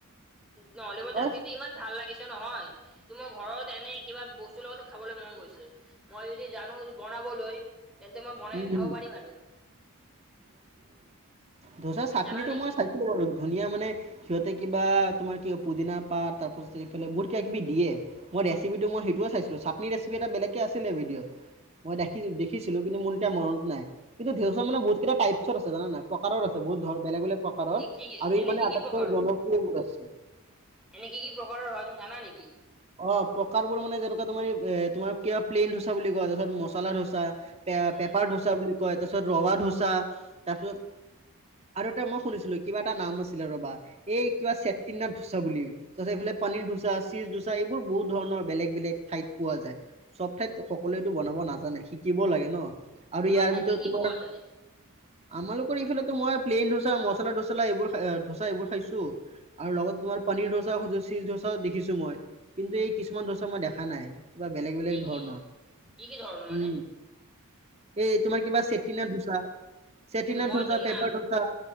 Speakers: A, in the centre; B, on the right.
A: নহ'লে মোৰ জাটনিটো
B: অ,
A: ইমান ভাল লাগিছে নহয় তো মোৰ ঘৰত এনে কিবা বস্তু লগতে খাবলৈ মন গৈছে মই যদি জানো বনাবলৈ তেন্তে মই বনাই
B: উম
A: কেনে খাব পাৰিম আৰু
B: ধচাৰ
A: তুমি
B: চাটনিটো
A: জানা নেকি?
B: মই চাইছিলোঁ বাৰু ধুনীয়া মানে সিহঁতে কিবা তোমাৰ কি পুদিনা পাত তাৰপাছত এইফালে বহুত কিবা কিবি দিয়ে। মই ৰেচিপিটো মই হেইটোৱে চাইছিলো চাটনি ৰেচিপি এটা বেলেগে আছিলে ভিডঅ' মই দেখিছো। শিকিছিলোঁ কিন্তু মোৰ এতিয়া মনত নাই। কিন্ত ধৰচা মানে বহুত কেইটা টাইপছত আছে জানা নে নাই? প্ৰকাৰৰ আছে বহুত ধৰৰ বেলেগ বেলেগ প্ৰকাৰৰ
A: কি কি কি
B: আৰু
A: এনে
B: ই মানে
A: কি
B: আটাইতকৈ
A: কি প্ৰকাৰৰ
B: জনপ্ৰিয় বোৰ আছে।
A: এনে কি কি প্ৰকাৰৰ হয় তুমি জানা নেকি?
B: অ' প্ৰকাৰ বোৰ মানে যেনেকুৱা তোমাৰ এই তোমাৰ কিবা প্লেইন ধোচা বুলি কয়, তাৰপিছত মচলা ধোচা পে
A: উম,
B: পেপাৰ ধোচা বুলি কয়। তাৰপিছত ৰৱা ধোচা, তাৰপিছত আৰু এতিয়া মই শুনিছিলোঁ কিবা এটা নাম আছিলে ৰবা এই কিবা চেটিনাথ ধোচা বুলি তহঁতৰ হেইফালে পানীৰ ধোচা, চিজ ধোচা আচ্ছা এইবোৰ বহুত ধৰণৰ বেলেগ বেলেগ ঠাইত পোৱা যায় সব ঠাইত সকলোৱেতো বনাব নাজানে শিকিব লাগে ন। আৰু
A: তোমাৰ
B: ইয়াৰ
A: ঠাইত
B: ভিতৰত
A: কি কি
B: তোমাৰ
A: পোৱা যায়?
B: আমালোকৰ এইফালো মই প্লেইন ধোচা, মচলা ধোচা, এইবোৰ খ ধোচা এইবোৰ খাইছো আৰু লগত তোমাৰ পনীৰ ধোচাও, চীজ ধোচাও দেখিছো মই, কিন্তু এই কিছুমান ধোচা মই দেখা নাই। কিবা বেলেগ বেলেগ
A: কি
B: ধৰণৰ
A: কি কি কি ধৰণৰ
B: উম।
A: মানে
B: এই তোমাৰ কিবা চেটিনা ধোচা চেটিনা
A: মই
B: ধোচা
A: যোৰ
B: পেপাৰ
A: নাম
B: ধোচা